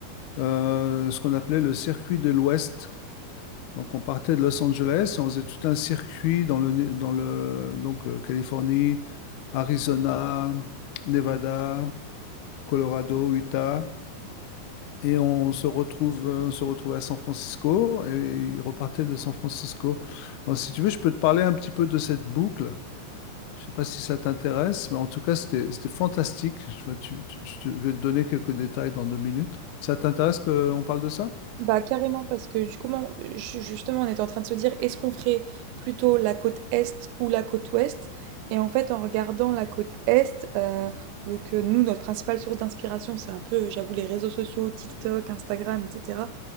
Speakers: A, on the left; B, on the right.
A: euh, ce qu'on appelait le circuit de l'Ouest. Donc, on partait de Los Angeles et on faisait tout un circuit dans le, dans le, donc, euh, Californie, Arizona, Nevada, Colorado, Utah. Et on se retrouve, euh, on se retrouvait à San Francisco et il repartait de San Francisco. Alors, si tu veux, je peux te parler un petit peu de cette boucle. Je ne sais pas si ça t'intéresse, mais en tout cas, c'était, c'était fantastique. Tu vois, tu- tu- je te- je vais te donner quelques détails dans deux minutes. Ça t'intéresse qu'on parle de ça?
B: Bah carrément parce que du coup, on- ju- justement, on était en train de se dire, est-ce qu'on ferait plutôt la côte est ou la côte ouest? Et en fait, en regardant la côte est, euh, donc euh, nous, notre principale source d'inspiration, c'est un peu, j'avoue, les réseaux sociaux, TikTok, Instagram, etc.